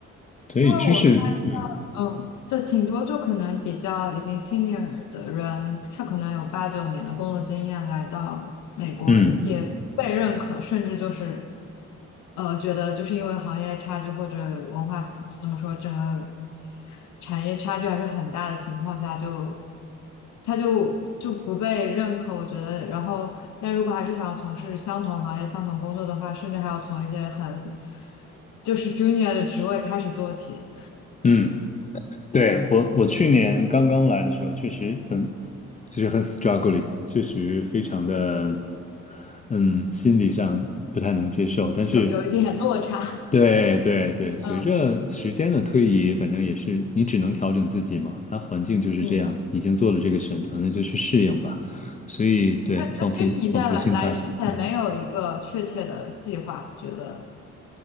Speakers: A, on the left; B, on the left.
A: 所以知识，
B: 因为我看。
A: 嗯
B: 嗯，这挺多，就可能比较已经 senior 的人，他可能有八九年的工作经验，来到美国也被认可，
A: 嗯
B: 甚至就是，呃，觉得就是因为行业差距或者文化怎么说，整个产业差距还是很大的情况下就，他就就不被认可，我觉得。然后，但如果还是想要从事相同行业、相同工作的话，甚至还要从一些很就是 junior 的职位开始做起。
A: 嗯，对，我我去年刚刚来的时候，确实很就是很 struggling，确实非常的，嗯，心理上不太能接受，但是。
B: 有有一点落差。
A: 对对对，随着时间的推移，
B: 嗯
A: 反正也是你只能调整自己嘛。他环境就是这样，
B: 嗯。
A: 已经做了这个选择，那就去适应吧。所以对，
B: 那那其实你在来来之前没有一个确切的计划，
A: 放平放平心态。嗯。
B: 觉得